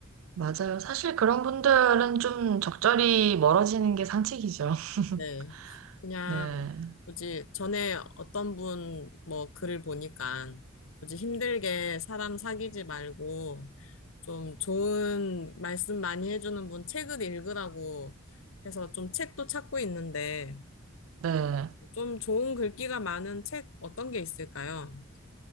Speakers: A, on the right; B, on the left.
A: 맞아요. 사실 그런 분들은 좀 적절히 멀어지는 게 상책이죠. <laughs>
B: 네. 그냥
A: 네.
B: 굳이 전에 어떤 분 뭐 글을 보니까 굳이 힘들게 사람 사귀지 말고 좀 좋은 말씀 많이 해주는 분 책을 읽으라고 해서 좀 책도 찾고 있는데
A: 네.
B: 좀 좋은 글귀가 많은 책 어떤 게 있을까요?